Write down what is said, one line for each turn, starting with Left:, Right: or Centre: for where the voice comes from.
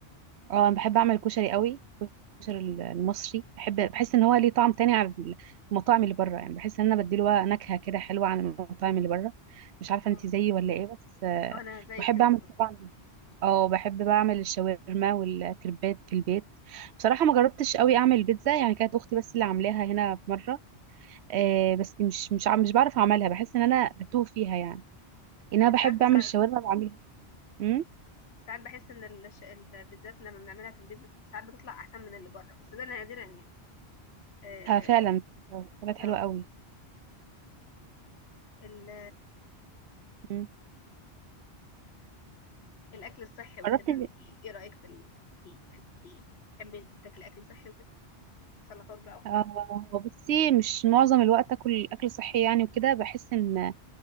Right: اه انا بحب اعمل كشري قوي الكشري المصري بحب بحس ان هو ليه طعم تاني عن المطاعم اللي بره يعني بحس ان انا بديله نكهه كده حلوه عن المطاعم اللي بره مش عارفه
Left: اه
Right: انت زيي ولا ايه بس آه،
Left: آه، انا زي
Right: بحب
Left: كده
Right: اعمل
Left: بالظبط
Right: طبعا اه بحب بعمل الشاورما والكريبات في البيت بصراحه ما جربتش قوي اعمل بيتزا يعني كانت اختي بس اللي عاملاها هنا في مره آه بس مش مش عم- مش بعرف اعملها بحس ان انا بتوه فيها يعني ان انا
Left: انت
Right: بحب
Left: عارفة ساعات
Right: اعمل الشاورما بعملها امم
Left: ساعات بحس ان الش- البيتزات لما بنعملها في البيت بت- ساعات بتطلع احسن من اللي بره بس ده نادرا يعني اه
Right: آه فعلا طلعت حلوه
Left: آه.
Right: قوي
Left: ال-
Right: مم.
Left: الاكل الصحي وكده
Right: جربت
Left: انت ايه رايك في ال... في- يعني انت بتحبي تاكلي اكل صحي وكده سلطات بقى وخضار
Right: آه بصي مش معظم الوقت اكل اكل صحي يعني وكده بحس ان